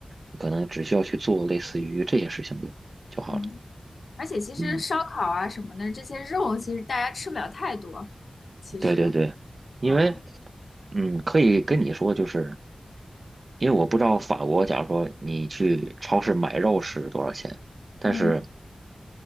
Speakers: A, on the right; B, on the left.
A: 你可能只需要去做类似于这些事情就就好了。
B: 嗯，而且其实烧烤啊什么的这些肉，
A: 嗯，
B: 其实大家吃不了太多。其实，
A: 对对对，因为
B: 嗯
A: 嗯，可以跟你说，就是因为我不知道法国，假如说你去超市买肉是多少钱，但是
B: 嗯，